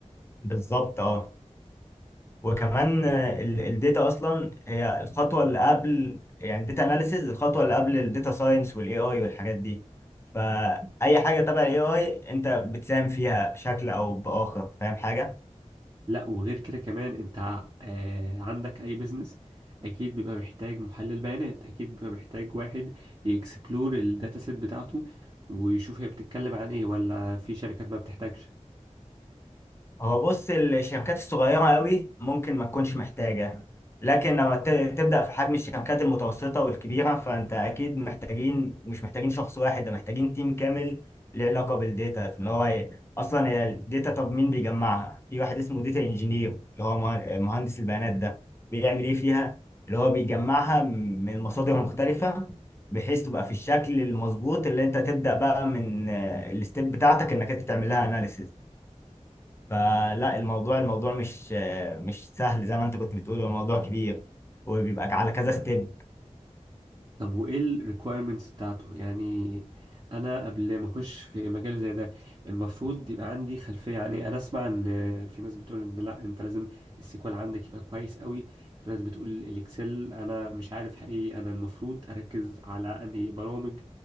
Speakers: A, on the left (about 20°); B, on the right (about 35°).
A: بالظبط اه وكمان الداتا اصلا هي الخطوه اللي قبل يعني الداتا اناليسيز الخطوه اللي قبل الداتا ساينس والاي اي والحاجات دي فاي حاجه تبع الاي اي انت بتساهم فيها بشكل او باخر فاهم حاجه
B: لا وغير كده كمان انت ع- آه عندك اي بيزنس اكيد بيبقى محتاج محلل بيانات اكيد بيبقى محتاج واحد يكسبلور الداتا سيت بتاعته ويشوف هي بتتكلم عن ايه ولا في شركات ما بتحتاجش
A: هو بص الشركات الصغيرة قوي ممكن ما تكونش محتاجة لكن لما ت- تبدأ في حجم الشركات المتوسطة والكبيرة فأنت أكيد محتاجين مش محتاجين شخص واحد ده محتاجين تيم كامل له علاقة بالديتا في إن هو ي- أصلا هي الداتا طب مين بيجمعها؟ في واحد اسمه داتا انجينير اللي هو مه- مهندس البيانات ده بيعمل إيه فيها؟ اللي هو بيجمعها م- من مصادر مختلفة بحيث تبقى في الشكل المظبوط اللي أنت تبدأ بقى من آه، الستيب بتاعتك إنك أنت تعمل لها أناليسيز فلا الموضوع الموضوع مش مش سهل زي ما انت كنت بتقول هو الموضوع كبير وبيبقى على كذا ستيب
B: طب وايه الريكويرمنتس بتاعته يعني انا قبل ما اخش في مجال زي ده المفروض يبقى عندي خلفيه يعني انا اسمع ان آه، في ناس بتقول ان لا انت لازم السيكوال عندك يبقى كويس قوي في ناس بتقول الاكسل انا مش عارف حقيقي انا المفروض اركز على انهي برامج